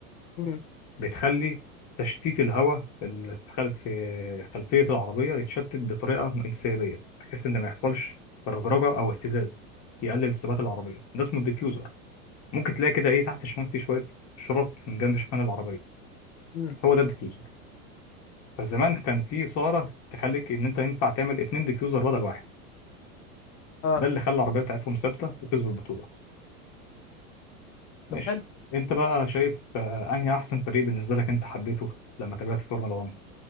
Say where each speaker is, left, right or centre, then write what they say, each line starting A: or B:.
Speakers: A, on the left; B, on the left.
A: امم
B: بتخلي تشتيت الهواء اللي في خلف في خلفية العربية يتشتت بطريقة انسيابية بحيث إن ما يحصلش رجرجة أو اهتزاز يقلل ثبات العربية ده اسمه الديفيوزر ممكن تلاقي كده إيه تحت الشمال فيه شوية شرط من جنب شمال العربية
A: امم
B: هو ده الديفيوزر فزمان كان في ثورة تخليك إن أنت ينفع تعمل اتنين ديفيوزر بدل واحد
A: اه
B: ده اللي خلى العربية بتاعتهم ثابتة وكسبوا البطولة ماشي
A: طب حلو
B: انت بقى شايف آه، انهي احسن فريق بالنسبه لك انت حبيته لما تابعت فورمولا 1